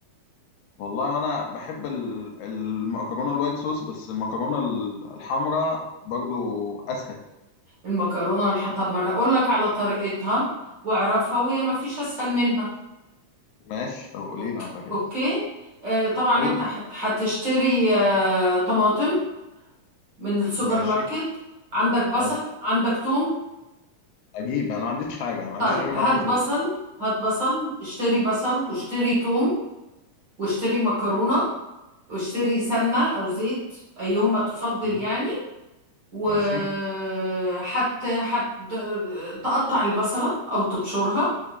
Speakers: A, on the left (about 80°); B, on the right (about 45°).
A: والله انا بحب ال- المكرونه الوايت صوص بس المكرونه ال- الحمراء برضو اسهل
B: المكرونة والح طب ما انا اقول لك على طريقتها واعرفها وهي ما فيش اسهل منها
A: ماشي طب قولي
B: اوكي
A: لي اعتقد
B: اوكي آه طبعا
A: قولي
B: انت هت- هتشتري آه طماطم من السوبر
A: ماشي
B: ماركت عندك بصل
A: ماشي
B: عندك توم
A: اجيب انا ما عنديش حاجه أنا ما
B: طيب
A: عنديش غير
B: هات
A: ملح وفلفل
B: بصل هات بصل اشتري بصل واشتري توم واشتري مكرونة واشتري سمنة او زيت ايهما تفضل
A: مم.
B: يعني وحت
A: ماشي
B: حت تقطع البصلة أو تبشرها